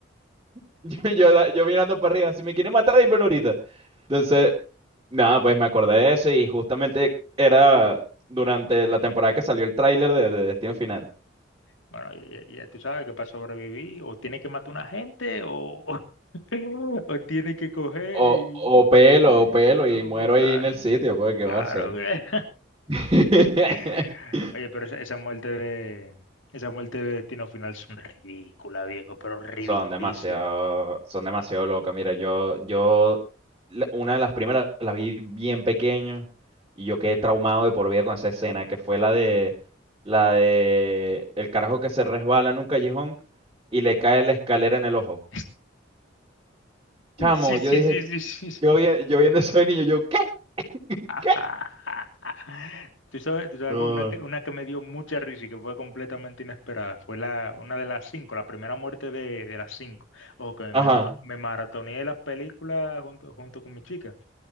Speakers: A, on the right; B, on the left.
A: <laughs> Yo, yo, yo mirando para arriba, si me quieren matar, dímelo ahorita. Entonces, nada, pues me acordé de eso y justamente era durante la temporada que salió el tráiler de, de Destino Final.
B: Bueno, ya, ya- ya tú sabes que para sobrevivir o tiene que matar una gente o, <laughs> o, tiene que coger
A: O,
B: y...
A: o pelo,
B: <laughs> y-
A: o pelo, y
B: o-
A: muero
B: Claro,
A: ahí en el sitio, pues, ¿qué
B: claro
A: va a hacer?
B: que...
A: <laughs>
B: <laughs> Oye, pero esa, esa muerte de... Esa muerte de Destino Final es un ridícula, viejo, pero ridiculísima.
A: Son demasiado, son demasiado locas. Mira, yo, yo, la- una de las primeras las vi bien pequeño y yo quedé
B: Ujú.
A: traumado de por vida con esa escena, que fue la de, la de el carajo que se resbala en un callejón y le cae la escalera en el ojo.
B: <laughs>
A: Chamo,
B: Sí, sí,
A: yo dije,
B: sí, sí, sí. sí.
A: yo, vi- yo viendo eso de niño, yo, ¿qué?
B: <laughs>
A: ¿Qué?
B: Tú sabes, tú sabes
A: No.
B: algo? una que, una que me dio mucha risa y que fue completamente inesperada. Fue la, una de las cinco, la primera muerte de, de las cinco. O que
A: Ajá.
B: me, ma- me maratoneé las películas junto, junto con mi chica.